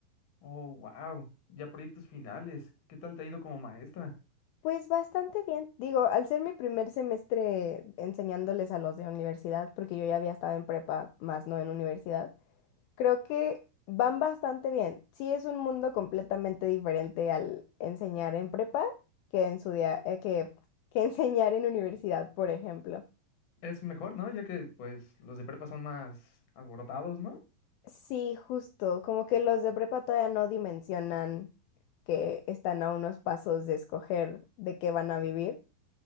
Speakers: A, on the left (about 50°); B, on the left (about 80°).
A: Oh, wow. Ya proyectos finales. ¿Qué tal te ha ido como maestra?
B: Pues bastante bien. Digo, al ser mi primer semestre enseñándoles a los de universidad, porque yo ya había estado en prepa, más no en universidad. Creo que van bastante bien. Sí es un mundo completamente diferente al enseñar en prepa que en su día- eh, que, que <laughs> enseñar en universidad, por ejemplo.
A: Es mejor, ¿no? Ya que pues los de prepa son más alborotados, ¿no?
B: Sí, justo, como que los de prepa todavía no dimensionan que están a unos pasos de escoger de qué van a vivir.